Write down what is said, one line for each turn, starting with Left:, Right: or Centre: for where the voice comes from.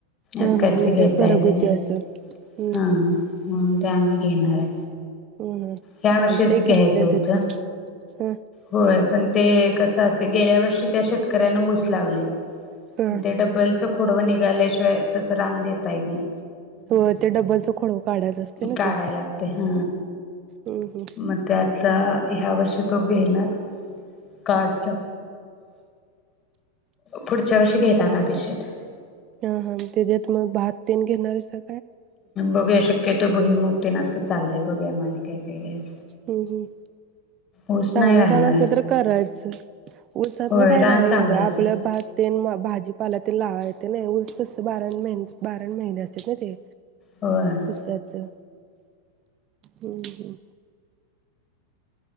Right: हा
Left: असं
Right: हा
Left: काहीतरी
Right: म्हणजे
Left: घेता
Right: घरगुती
Left: येते नाही
Right: असं, हम्म
Left: हा
Right: हम्म.
Left: म्हणून ते आम्ही घेणार आय
Right: हम्म हम्
Left: ह्या
Right: चालतंय
Left: वर्षीच घ्यायचं
Right: कि तिथल्या
Left: होतं
Right: तिथे ह
Left: होय पण ते कसं असत गेल्या वर्षी त्या शेतकऱ्यान ऊस लावले
Right: हा
Left: ते डबलचं खोडव निघ निघाल्याशिवाय तसं रान देता येत नाय
Right: हो ते डबलच खोडव काढायच असतय ना
Left: काढायला
Right: ते
Left: लागते हा
Right: हम हम
Left: मग ते आता ह्या वर्षी तो घेणार काचा, पुढच्या वर्षी घेणार आम्ही शेत
Right: हा हा त्याच्यात मग भात तेन घेणार असाल.
Left: बघूया शक्यतो भुईमुग ते असं चाललेय बघूया मग काय काय घ्यायचं
Right: हम हम
Left: ऊस
Right: चांगलं
Left: नाही घालणार
Right: रान असलं
Left: आहे
Right: तर करायचं ऊसातन
Left: होय
Right: काय
Left: रान
Right: नाही
Left: चांगलंच
Right: एवढं आपल्या
Left: आहे
Right: भात तेन भाजीपाला तेन लावाय येत नाही, उस कसं बार महिने बाराण महिने असतात ना ते.
Left: होय
Right: उसाचं हम हम.